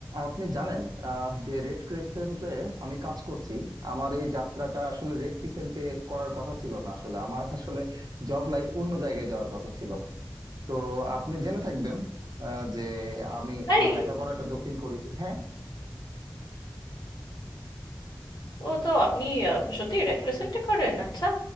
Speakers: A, on the right; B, on the left.
A: আপনি জানেন আহ, যে রেড ক্রিসেন্টে আমি কাজ করছি আমার এই যাত্রাটা আসলে রেড ক্রিসেন্টে করার কথা ছিল না আসলে আমার আসলে জব লাইফ অন্য জায়গায় যাওয়ার কথা ছিল তো আপনি জেনে থাকবেন আহ, যে আমি
B: তাই
A: আমার লেখাপড়াটা দক্ষিণ কোরিয়াতে হ্যাঁ
B: ও তো আপনি আহ, সত্যি রেড ক্রিসেন্টে করেন আচ্ছা